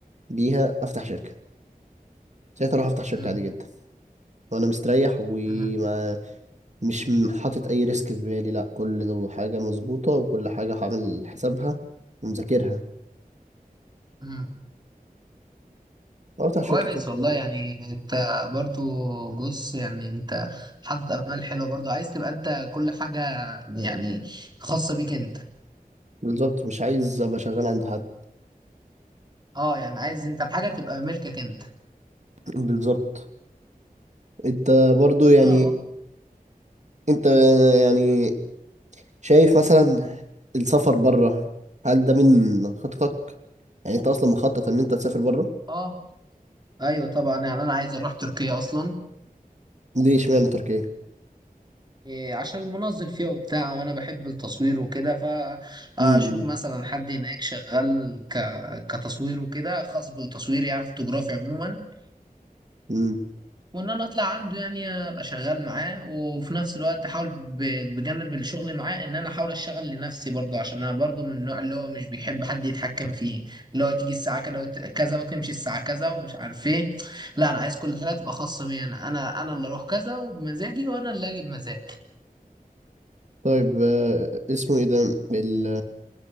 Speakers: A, on the right (about 50°); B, on the right (about 30°).
A: بيها افتح شركة ساعتها اروح افتح شركة
B: مم،
A: عادي جدا وانا مستريح وما
B: مم،
A: مش م- حاطط اي ريسك في بالي لا كل ده حاجه مظبوطه وكل حاجه هعمل حسابها ومذاكرها
B: مم.
A: أو بتاع
B: كويس
A: شركه سوفت
B: والله
A: وير بقى.
B: يعني انت برضو بص يعني انت حاطط امال حلوه برضو عايز تبقى انت كل حاجه يعني خاصه بيك انت
A: بالظبط مش عايز ابقى شغال عند حد
B: اه يعني عايز انت الحاجه تبقى ملكك انت
A: <laughs> بالظبط انت برضو يعني
B: اه
A: انت يعني شايف مثلا السفر بره هل ده من خططك يعني انت اصلا مخطط ان انت تسافر بره
B: اه ايوه طبعا يعني انا عايز اروح تركيا اصلا
A: ليه اشمعنى تركيا
B: إيه، عشان منظم فيها وبتاع وانا بحب التصوير وكده فاشوف
A: امم
B: مثلا حد هناك شغال ك... كتصوير وكده خاص بالتصوير يعني فوتوغرافي عموما
A: امم
B: وان انا اطلع عنده يعني ابقى شغال معاه وفي نفس الوقت احاول ب... بجانب الشغل معاه ان انا احاول اشتغل لنفسي برضه عشان انا برضه من النوع اللي هو مش بيحب حد يتحكم فيه اللي هو تيجي الساعه كده وت... كذا وتمشي الساعه كذا ومش عارف ايه لا انا عايز كل حاجه تبقى خاصه بيا انا انا انا اللي اروح كذا وبمزاجي وانا اللي اجي بمزاجي
A: طيب آه، اسمه ايه ده ال...